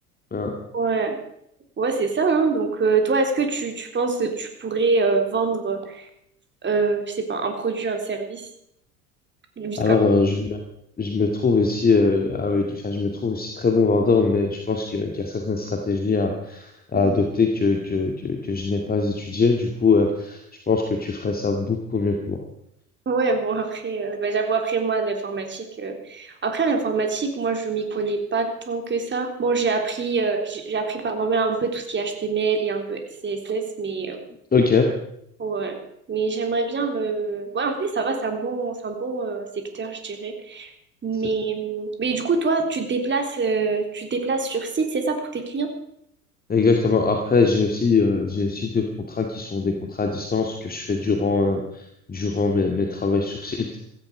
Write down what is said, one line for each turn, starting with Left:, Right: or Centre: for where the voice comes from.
Left: Hein.
Right: Ouais, ouais, c'est ça, hein. Donc, euh, toi, est-ce que tu, tu penses que tu pourrais euh, vendre, euh, je sais pas, un produit, un service, juste
Left: Alors,
Right: comme...
Left: euh, je me, je me trouve aussi, euh, avec, enfin, je me trouve aussi très bon vendeur, mais je pense que, qu'il y a certaines stratégies à, à
Right: ça?
Left: adopter que, que, que, que je n'ai pas étudiées. Du coup, euh, je pense que tu ferais ça beaucoup mieux que moi.
Right: Ouais, bon, après, euh, bah, j'avoue, après, moi, l'informatique, euh, après, l'informatique, moi, je m'y connais pas tant que ça. Bon, j'ai appris, euh, j'ai j'ai appris par moi-même un peu tout ce qui est HTML et un peu CSS, mais, euh,
Left: Ok,
Right: ouais. Mais j'aimerais bien me, ouais, en vrai, ça va, c'est un bon, c'est un bon, euh, secteur, je dirais. Mais,
Left: C'est-
Right: euh, mais du coup, toi, tu te déplaces, euh, tu te déplaces sur site, c'est ça, pour tes clients?
Left: exactement. Après, j'ai aussi, euh, j'ai aussi d'autres contrats qui sont des contrats à distance que je fais durant, euh, durant mes, mes travaux sur site.